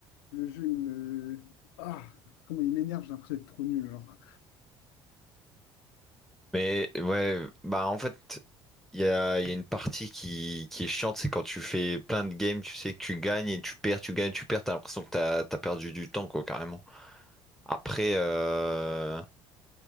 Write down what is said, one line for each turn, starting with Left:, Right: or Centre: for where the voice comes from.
Left: le jeu il me. Ah, comment il m'énerve, j'ai l'impression d'être trop nul alors.
Centre: Mais ouais, bah en fait il y a, il y a une partie qui, qui est chiante, c'est quand tu fais plein de games, tu sais que tu gagnes et tu perds, tu gagnes, tu perds, t'as l'impression que t'as t'as perdu du temps quoi carrément. Après euh,